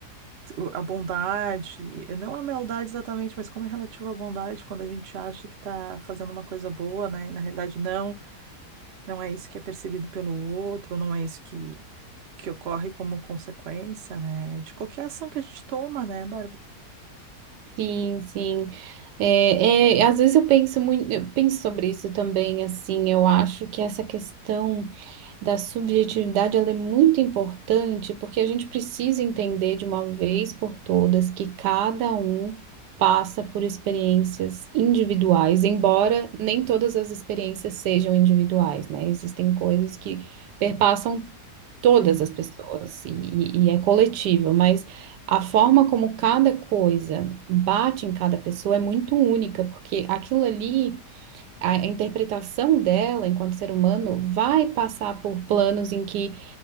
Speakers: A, on the right; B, on the right.
A: o- a bondade, não a maldade exatamente, mas como é relativo à bondade quando a gente acha que está fazendo uma coisa boa, né? E na realidade não, não é isso que é percebido pelo outro, não é isso que que ocorre como consequência, né, de qualquer ação que a gente toma, né, Bárbara?
B: Sim, sim. É, é, às vezes eu penso muito, eu penso sobre isso também, assim, eu acho que essa questão da subjetividade, ela é muito importante, porque a gente precisa entender de uma vez por todas que cada um passa por experiências individuais, embora nem todas as experiências sejam individuais, né? Existem coisas que perpassam todas
A: Sim.
B: as pessoas e, e- é coletiva, mas a forma como cada coisa bate em cada pessoa é muito única, porque aquilo ali, a interpretação dela enquanto ser humano vai passar por planos em que,